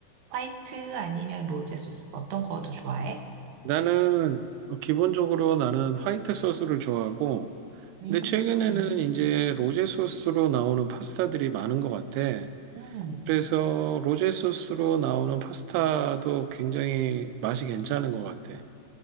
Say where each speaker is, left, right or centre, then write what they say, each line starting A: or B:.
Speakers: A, on the right (about 70°); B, on the right (about 90°).
A: 화이트 아니면 로제 소스 어떤 거 더 좋아해?
B: 나는, 어, 기본적으로 나는 화이트 소스를 좋아하고,
A: 음,
B: 근데 최근에는 이제 로제 소스로 나오는 파스타들이 많은 것 같아.
A: 음,
B: 그래서 로제 소스로 나오는 파스타도 굉장히 맛이 괜찮은 것 같아.